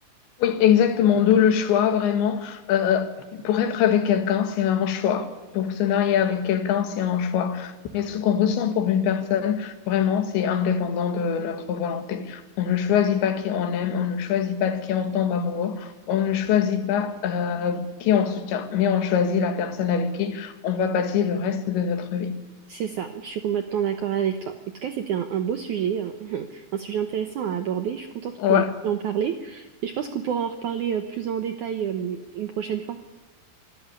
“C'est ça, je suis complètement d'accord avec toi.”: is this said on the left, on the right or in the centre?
Right